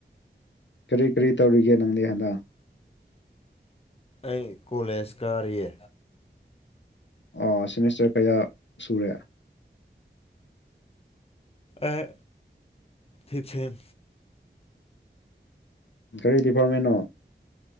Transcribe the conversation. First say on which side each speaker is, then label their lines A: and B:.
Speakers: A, on the left; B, on the left.
A: ꯀꯔꯤ ꯀꯔꯤ ꯇꯧꯔꯤꯒꯦ ꯅꯪꯗꯤ ꯍꯟꯗꯛ
B: ꯑꯩ ꯀꯣꯂꯦꯖ ꯀꯥꯔꯤꯌꯦ
A: ꯑꯣ ꯁꯤꯃꯤꯁꯇꯔ ꯀꯌꯥ ꯁꯨꯔꯦ
B: ꯑꯩ ꯐꯤꯞꯁꯦꯝ
A: ꯀꯔꯤ ꯗꯤꯄꯥꯔꯠꯃꯦꯟꯅꯣ